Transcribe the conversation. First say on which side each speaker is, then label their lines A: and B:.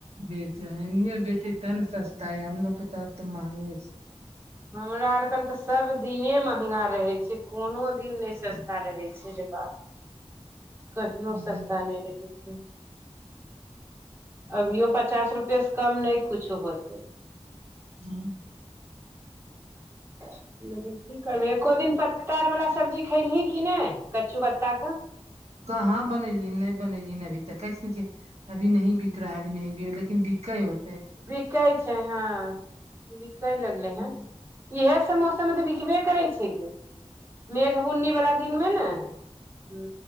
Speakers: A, on the right; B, on the right.
A: बेचे है एनिहे देते त ना सस्ता हमलोग के तरफ महंगे छै
B: हमरा आर के त सभ दिने महंगा रहै छै कोनो दिन नहि सस्ता रहै छै रे बाप कहियो
A: छै
B: सस्ता नहि रहै छै अभियो पचास रुपए सँ कम नहि कुछो होतै
A: <unintelligible>
B: कि करबे एको दिन पत्तार बाला सब्जी खयलही कि नहि कच्चू पत्ता के
A: कहाँ बनेलीये नहि बनेलीये ने अभी दखय छी अभी नही बिक रहा लेकिन बिकै होतै
B: बिकै छै ह बिकै लगले
A: हूँ
B: हन इहे समोस सभ तऽ बिकबे करै छै मेघ बुन्नी वाला दिन मे ने ह